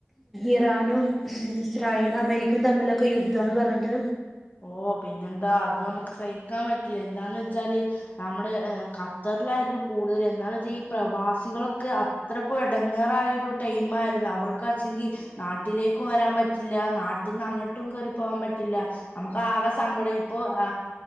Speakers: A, in the centre; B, on the left.
A: ഇറാനും ഇസ്രായേൽ അമേരിക്കയും തമ്മിലൊക്കെ യുദ്ധന്ന് പറ ന്നട്ട്
B: ഓ പിന്നെന്താ അത് നമുക്ക് സഹിക്കാൻ പറ്റില്ല എന്താന്ന് വെച്ചാല് നമ്മുടെ ഖത്തറിലായിരുന്നു കൂടുതൽ എന്താന്ന് വെച്ചാ ഈ പ്രവാസികളൊക്കെ അത്രക്കും എടങ്ങേറായ ഒരു ടൈം ആയിരുന്നു അവർക്ക് ച്ചെങ്കിൽ നാട്ടിലേക്കു വരാൻ പറ്റില്ല നാട്ടിന്ന് അങ്ങട്ടും കേറിപ്പോവാൻ പറ്റില്ല നമുക്ക് ആകെ സങ്കടം ഇപ്പൊ ആ